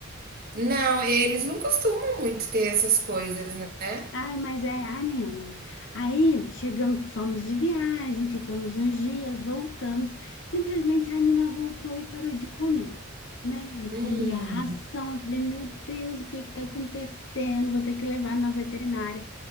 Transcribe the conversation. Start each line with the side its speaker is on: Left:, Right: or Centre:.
Right: Não, eles não costumam muito ter essas coisas, né?
Left: Ai, mas é a Nina. Aí chegamos, fomos de viagem, ficamos uns dias, voltamos. Simplesmente a Nina voltou e parou de comer, né? Não
Right: Hum,
Left: comia ração. Eu falei, meu Deus, o que que tá acontecendo? Vou ter que levar na veterinária.